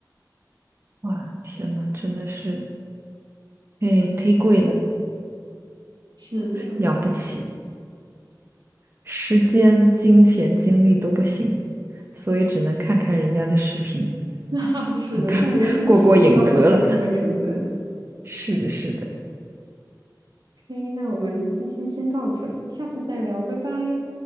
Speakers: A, on the right; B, on the right.
A: 哇，天呐，真的是。哎，忒贵了，
B: 是的，
A: 养不起，时间、金钱、精力都不行，所以只能看看人家的视频，
B: <laughs> 那是的，
A: <laughs>
B: 看别人视频不需要付出任何成本。
A: 过过瘾得了。是的，是的，
B: OK，那我们今天先到这里，下次再聊，拜拜。